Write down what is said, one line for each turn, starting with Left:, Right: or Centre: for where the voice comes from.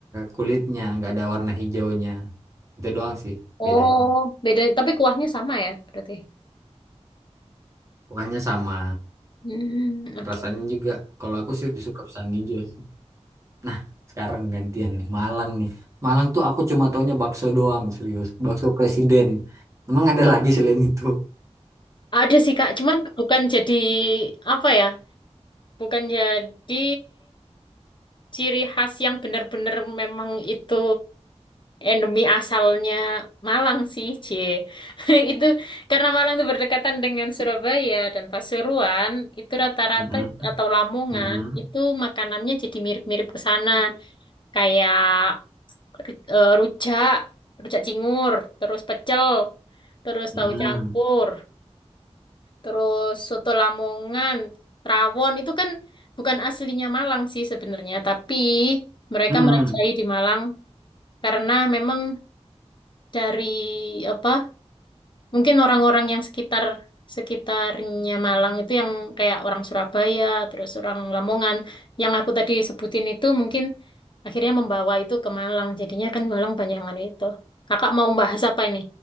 Right: kulitnya, nggak ada warna hijaunya. Itu doang sih
Left: Oh,
Right: bedanya.
Left: beda. Tapi kuahnya sama ya berarti.
Right: Pokoknya sama.
Left: Hmm, oke.
Right: Rasanya juga kalau aku sih suka pisang hijau. Nah, sekarang gantian nih. Malang nih. Malang tuh aku cuma taunya bakso doang, serius. Bakso presiden. Emang ada lagi selain itu?
Left: Ada sih Kak, cuman bukan jadi apa ya? Bukan jadi ciri khas yang benar-benar memang itu endemi asalnya Malang sih, C. <laughs> Itu karena Malang itu berdekatan dengan Surabaya dan Pasuruan, itu rata-rata
Right: Mm-mm,
Left: atau Lamongan
Right: mm-mm,
Left: itu makanannya jadi mirip-mirip ke sana. Kayak ru- eh, rujak, rujak cingur, terus pecel, terus
Right: mm-mm,
Left: tahu campur, terus soto Lamongan, rawon itu kan bukan aslinya Malang sih sebenarnya, tapi mereka
Right: mm-mm.
Left: merajai di Malang karena memang dari apa Mungkin orang-orang yang sekitar sekitarnya Malang itu yang kayak orang Surabaya, terus orang Lamongan, yang aku tadi sebutin itu mungkin akhirnya membawa itu ke Malang. Jadinya kan Malang banyak yang ada itu. Kakak mau bahas apa ini?